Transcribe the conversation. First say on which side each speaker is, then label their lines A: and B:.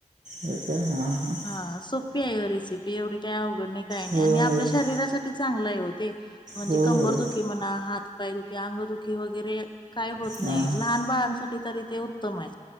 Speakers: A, on the right; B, on the left.
A: होय काय हां हां
B: हा सोप्पी याय ओ रेसिपी एवढी काय अवघड आणि काय नाइ
A: होय
B: आणि आपल्या
A: होय
B: शरीरासाठी चांगलाय वो ते म्हणजे
A: होय
B: कंबर
A: होय
B: दुखी म्हणा हात पायदुखी, अंगदुखी वगरे काय होत
A: हां
B: नाइ
A: हां
B: लहान बाळांसाठी तरी ते उत्तमय.